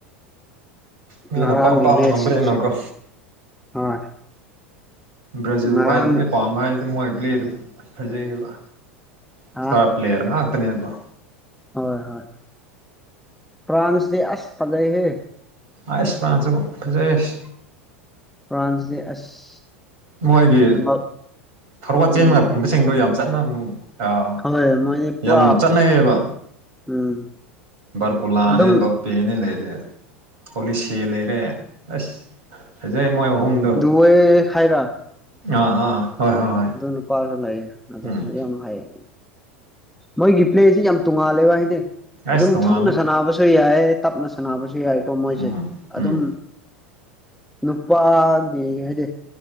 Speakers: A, on the right; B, in the centre.
A: ꯃꯤꯅ
B: ꯉꯔꯥꯡꯒꯤ
A: ꯑꯄꯥꯝ ꯑꯄꯥꯝꯕ
B: ꯃꯦꯆꯁꯇꯨꯁꯨ
A: ꯉꯝꯕꯅꯤꯅꯀꯣ
B: ꯍꯣꯏ
A: ꯕ꯭ꯔꯥꯖꯤꯜ
B: ꯉꯔꯥꯡ
A: ꯈ꯭ꯋꯥꯏꯗꯒꯤ ꯄꯥꯝꯕ ꯍꯥꯏꯔꯥꯗꯤ ꯃꯣꯏ ꯄ꯭ꯂꯦ ꯑꯗꯨꯝ ꯐꯖꯩꯌꯦꯕ ꯏꯁꯇꯔ
B: ꯑ
A: ꯄꯂꯦꯌꯦꯔ ꯉꯛꯇꯅꯤꯕ
B: ꯍꯣꯏ ꯍꯣꯏ ꯐ꯭ꯔꯥꯟꯁ ꯗ ꯑꯁ ꯐꯒꯩ ꯍꯦ
A: ꯑꯁ ꯐ꯭ꯔꯟꯁꯨ ꯐꯖꯩꯌꯦ
B: ꯐ꯭ꯔꯥꯟꯁꯗꯤ ꯑꯁ
A: ꯃꯣꯏꯒꯤ
B: ꯕꯛ
A: ꯐꯣꯔꯋꯔꯗ
B: ꯎꯝ
A: ꯆꯦꯟꯕꯁꯤꯡꯗꯣ ꯌꯥꯝ ꯆꯟꯉꯝ ꯑꯥ
B: ꯍꯣꯏ ꯃꯣꯏꯗꯤ ꯄꯨꯔꯥ
A: ꯌꯥꯝ ꯆꯠꯅꯩꯌꯦꯕ
B: ꯎꯝ
A: ꯕꯔꯀꯨꯂꯥꯅꯦ
B: ꯑꯗꯨꯝ
A: ꯕꯞꯄꯦꯅꯦ ꯂꯩꯔꯦ ꯑꯣꯂꯤꯁꯦ ꯂꯩꯔꯦ ꯑꯁ ꯐꯖꯩ ꯃꯣꯏ ꯑꯍꯨꯝꯗꯣ
B: ꯋ ꯍꯥꯏꯥꯏꯔ
A: ꯑꯥ ꯑꯥ ꯍꯣꯏ ꯍꯣꯏ ꯍꯣꯏ
B: ꯑꯗꯨ ꯅꯨꯄꯥꯁꯨ ꯂꯩꯑ ꯑꯗꯨꯁꯨ
A: ꯎꯝ
B: ꯌꯥꯝ ꯍꯥꯏꯩꯌꯦ ꯃꯣꯏꯒꯤ ꯄ꯭ꯂꯦꯁꯤ ꯌꯥꯝ ꯇꯣꯡꯉꯥꯜꯂꯦꯕ ꯍꯥꯏꯗꯤ
A: ꯑꯁ
B: ꯑꯗꯨꯝ
A: ꯇꯣꯡꯉꯥꯜꯂꯦ
B: ꯊꯨꯅ ꯁꯥꯟꯅꯕꯁꯨ ꯌꯥꯏ ꯇꯞꯅ ꯁꯥꯟꯅꯕꯁꯨ ꯌꯥꯏꯀꯣ ꯃꯣꯏꯁꯦ
A: ꯎꯝ
B: ꯑꯗꯨꯝ
A: ꯎꯝ
B: ꯅꯨꯄꯥꯒꯤ ꯍꯥꯏꯗꯤ